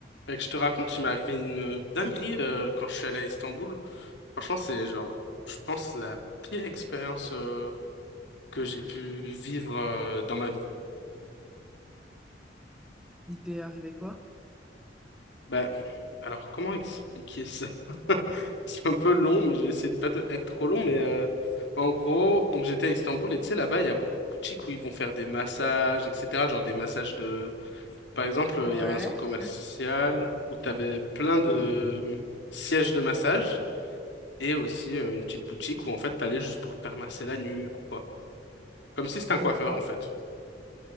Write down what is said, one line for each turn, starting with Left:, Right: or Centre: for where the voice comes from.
Left: Fait que je te raconte, il m'est arrivé une euh, dinguerie euh, quand je suis allé à Istanbul. Franchement, c'est genre, je pense, la pire expérience euh, que j'ai pu vivre euh, dans ma vie.
Centre: Il t'est arrivé quoi?
Left: Bah, alors, comment expliquer ça? <laughs> C'est un peu long, mais j'ai essayé de pas te- être trop long. Mais euh, en gros, donc j'étais à Istanbul et tu sais, là-bas, il y a beaucoup de boutiques où ils vont faire des massages, etc. Genre des massages de. Par exemple,
Centre: Ouais,
Left: il y avait un centre commercial où tu avais plein de euh, sièges de massage. et aussi euh, une petite boutique où en fait t'allais juste pour te faire masser la nuque ou quoi. Comme si c'était un coiffeur
Centre: d'accord.
Left: en fait.